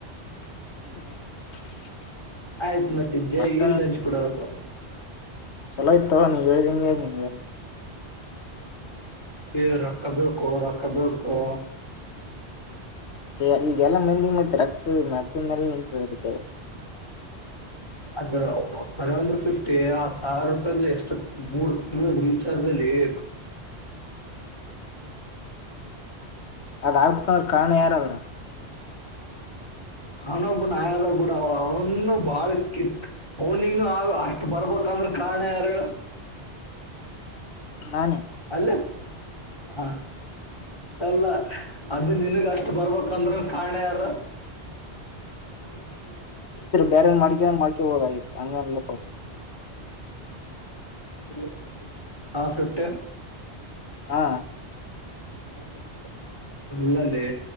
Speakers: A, on the left; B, on the left.
A: <unintelligible>
B: ಆಯ್ತ್ ಮತ್ತೆ ಜೈ
A: ಒಟ್ಟ
B: ಇಲ್ ಲಂಚ್ಕೊಟ್ ಹೋಗ್ಬೇಕು
A: ಚಲೋವ್ತ್ತಾ ನೀವು ಹೇಳ್ದಿಂಗೆ ನಿನ್ಗೆ
B: ಹೇ ರೊಕ್ಕಬೇಕೊ ರೊಕ್ಕಬೇಕೊ
A: ಮತ್ತೆ ಈಗಲ್ಲಾ ಮಂದಿಗೆ ಮತ್ತೆ ರಕ್ಕ ಮಗ ಮೇಲೆ ನಿಂತಾಗ
B: ಅದ ಕರೆಂದ್ರ ಫಿಫ್ಟಿ ಆ ಸಾವಿರ ರೂಪಾಯ ಎ ಮೂ ರೀಚಾರ್ಜ್ ಲೇಪ್
A: <inaudible> ಅ ಆಗಬ ಅವ ಕಣ ಯಾರಾದರ
B: ಹಣೊಬ್ಬನ್ ಆಯಾದ ಕೂಡ ಅವ ಅವನು ಬಾಳ್ ಕಿಟ್ ಹ್ನಿಂಗ ಆ ಅಷ್ಟ್ ಬರ್ಬೇಕಂದ್ರೆ ಕಾರಣ ಯಾರ
A: <inaudible> ನಾನೇ
B: ಅಲ್ಲ ಹ ಅಲ್ಲ ಅದ ನಿನ್ಗ್ ಅಷ್ಟ್ ಬರ್ಬೇಕಕ್ಂದ್ರ ಒ ಕಣ ಯಾರ
A: ಬೇರೆಏ ಮಾಡಕ್ರೆ ಮಾಡ್ಕೊಬೋದಾಗಿತ್ತು ಅಂಗಲ್ಲ
B: ಹಲೊ <inaudible> ಹ ಸಿಸ್ಟರ್
A: ಹಾ
B: <inaudible> ಅಲ್ಲಲ್ಲೇ